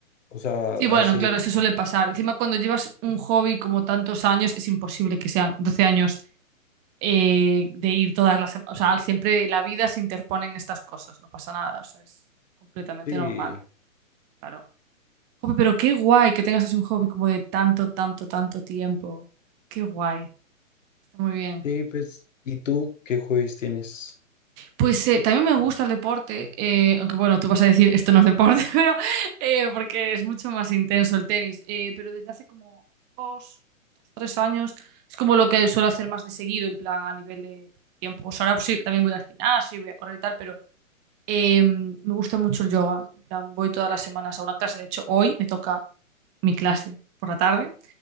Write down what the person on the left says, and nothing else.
o sea,
hace,
co-
sí,
sí, pues, ¿y tú qué jueves tienes?